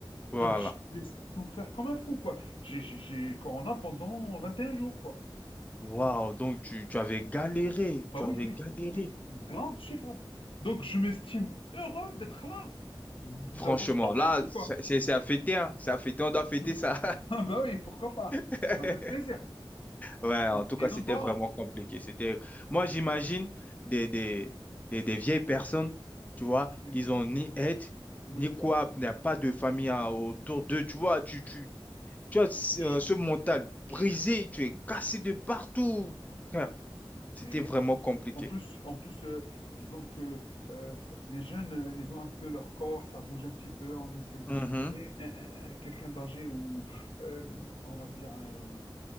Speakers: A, on the left (about 15°); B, on the left (about 75°).
A: Voilà.
B: Donc, j'ai souffert comme un fou, quoi. J'ai j'ai- j'ai Corona pendant 21 jours, quoi.
A: Waouh, donc tu, tu avais
B: Ouais.
A: galéré,
B: Bah
A: tu
B: oui,
A: avais
B: oui,
A: galéré.
B: oui. Grave, c'est grave. Donc, je m'estime heureux d'être là, d'avoir
A: Franchement,
B: survécu,
A: là, c'est
B: quoi.
A: c'est- c'est à fêter, hein. C'est à fêter, on doit fêter
B: <laughs>
A: ça.
B: Ah bah oui, pourquoi pas?
A: <laughs>
B: Avec plaisir.
A: Ouais,
B: Et,
A: en tout
B: et
A: cas,
B: donc,
A: c'était
B: voilà.
A: vraiment compliqué. C'était, moi, j'imagine des, des, des, des vieilles personnes, tu vois,
B: Oui,
A: ils ont ni aide,
B: mais
A: ni quoi, il n'y a pas de famille hein, autour d'eux, tu vois, tu, tu, tu as ce
B: c'est chaud.
A: euh, ce mental
B: C'est très chaud.
A: brisé, tu es cassé de partout.
B: Ouais.
A: Frère, C'était
B: Et
A: vraiment
B: en,
A: compliqué.
B: en plus, en plus euh, disons que euh, f- les jeunes, euh, ils ont un peu leur corps, ça bouge un petit peu, on essaie.
A: Mhm.
B: Mais, euh, euh, quelqu'un d'âgé ou, euh, on va dire, euh,